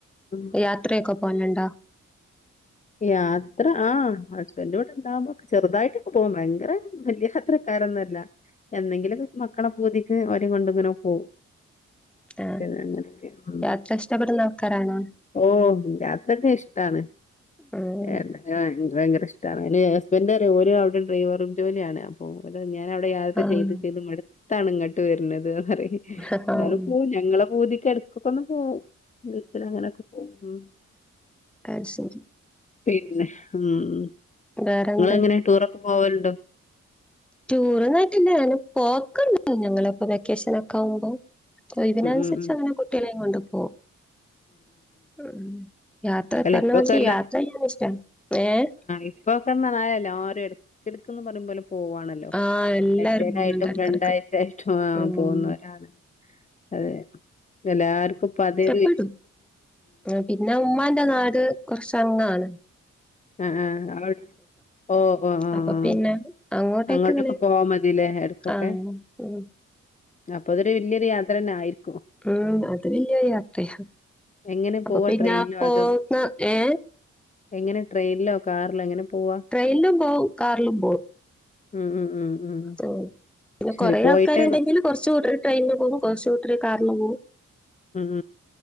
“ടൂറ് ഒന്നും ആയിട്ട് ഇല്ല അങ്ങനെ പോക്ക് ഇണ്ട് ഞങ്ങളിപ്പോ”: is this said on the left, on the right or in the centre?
Centre